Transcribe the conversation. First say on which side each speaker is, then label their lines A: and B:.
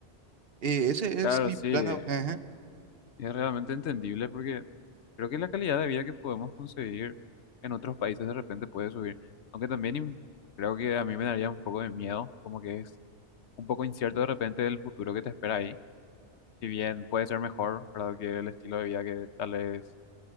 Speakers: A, on the right (about 60°); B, on the left (about 80°).
A: Eh, ese
B: Claro,
A: es mi
B: sí,
A: plan.
B: eh,
A: a- Ajá.
B: es realmente entendible porque creo que la calidad de vida que podemos conseguir en otros países de repente puede subir, aunque también im- creo que a mí me daría un poco de miedo, como que es un poco incierto de repente el futuro que te espera ahí, si bien puede ser mejor, ¿verdad? Que el estilo de vida que tal vez